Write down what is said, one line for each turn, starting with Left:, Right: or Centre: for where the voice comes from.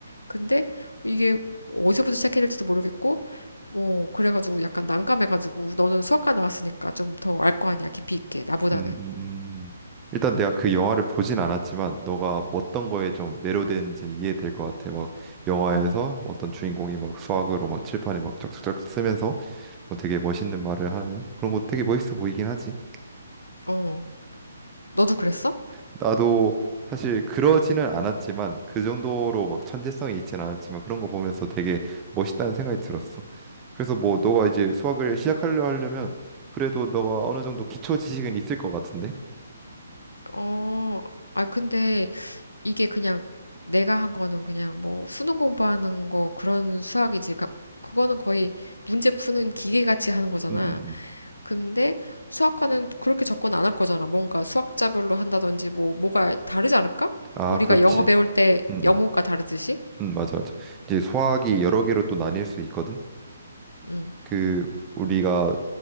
Left: 근데 이게 어디서부터 시작해야 될지도 모르겠고, 어, 그래가지고 약간 난감해가지고 너는 수학과 나왔으니까 좀 더 알 거 아니야. 깊이 있게. 나보다는.
Right: 음, 음. 음. 일단 내가 그 영화를 보진 않았지만 너가 뭐 어떤 거에 좀 매료되는지는 이해될 것 같아. 막 영화에서
Left: 음,
Right: 뭐 어떤 주인공이 막 수학으로 막 칠판에 막 쫙쫙쫙 쓰면서 뭐 되게 멋있는 말을 하면 그런 거 되게 멋있어 보이긴 하지.
Left: 어. 너도 그랬어?
Right: 나도 사실 그러지는 않았지만 그 정도로 막 천재성이 있진 않았지만 그런 거 보면서 되게 멋있다는 생각이 들었어. 그래서 뭐 너가 이제
Left: 어,
Right: 수학을 시작하려 하려면 그래도 너가 어느 정도 기초 지식은 있을 것 같은데.
Left: 어, 아, 근데 이게 그냥 내가 한 거는 그냥 뭐 수능 공부하는 거 그런 수학이지. 그- 그거는 거의 문제 푸는 기계같이 하는 거잖아.
Right: 음, 음, 음.
Left: 근데 수학과는 그렇게 접근 안 할 거잖아. 뭔가 수학자별로 한다든지 뭐 뭐가 다르지 않을까?
Right: 아,
Left: 우리가
Right: 그렇지.
Left: 영어 배울 때
Right: 음,
Left: 영문과
Right: 음,
Left: 다르듯이?
Right: 음, 맞아, 맞아. 이제 수학이 여러 개로 또 나뉠 수 있거든.
Left: 응,
Right: 그 우리가